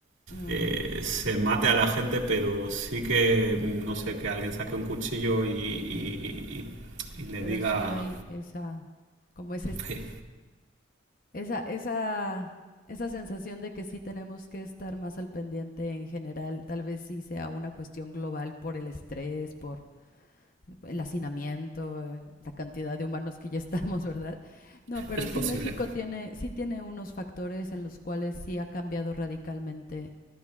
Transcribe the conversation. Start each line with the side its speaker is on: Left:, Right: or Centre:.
Left: Mm,
Right: eh, se mate a la gente, pero sí que, no sé, que alguien saque un cuchillo y, y- y- y le
Left: pero
Right: diga...
Left: sí hay esa, como ese,
Right: "Hey".
Left: esa, esa, esa sensación de que sí tenemos que estar más al pendiente en general. Tal vez sí sea una cuestión global por el estrés, por el hacinamiento, eh, la cantidad de humanos que ya estamos, <laughs> ¿verdad? No, pero
Right: Es posible.
Left: sí México tiene, sí tiene unos factores en los cuales sí ha cambiado radicalmente,